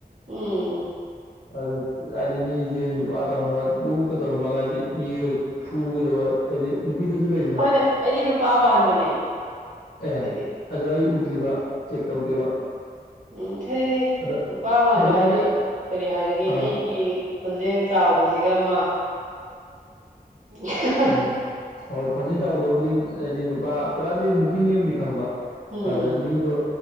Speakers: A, on the right; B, on the left.
A: ꯎꯝ
B: ꯑꯗ ꯍꯥꯏꯗꯤ ꯃꯤꯁꯦ ꯅꯨꯄꯥ ꯇꯧꯅꯒ ꯕꯨꯕꯨꯀ ꯇꯧꯔꯝꯃꯒꯗꯤ ꯃꯤꯒ ꯐꯨꯒꯗꯕ ꯍꯥꯏꯗꯤ ꯅꯨꯄꯤꯗꯁꯨ ꯂꯩꯗꯅ
A: ꯍꯣꯏꯅꯦ ꯑꯩꯗꯤ ꯅꯨꯄꯥ ꯃꯥꯟꯕꯅꯦ
B: ꯑꯦ
A: ꯍꯥꯏꯗꯤ
B: ꯑꯗꯣ ꯑꯩ ꯎꯗ꯭ꯔꯤꯕ ꯆꯦꯛ ꯇꯧꯗꯦꯕ
A: ꯎꯝ ꯍꯥꯏꯗꯤ
B: ꯑꯗ
A: ꯅꯨꯄꯥ ꯃꯥꯟꯕ ꯍꯥꯏꯗꯤ
B: ꯑꯩꯅ
A: ꯀꯔꯤ ꯍꯥꯏꯒꯅꯤ
B: ꯑꯥ
A: ꯑꯩꯒꯤ ꯈꯣꯟꯖꯦꯜ ꯆꯥꯎꯕꯁꯤꯒ ꯃꯥ ꯎ
B: ꯎꯝ ꯍꯣꯏ ꯈꯣꯟꯖꯦꯜ ꯆꯥꯎꯎꯗ ꯍꯧꯗꯤ ꯍꯥꯏꯗꯤ ꯅꯨꯄꯥ ꯄꯨꯔꯥꯗꯤ ꯅꯨꯄꯤꯅꯦꯕꯨꯗꯤ ꯈꯪꯕ
A: ꯎꯝ
B: ꯑꯗꯨ ꯃꯤꯗꯣ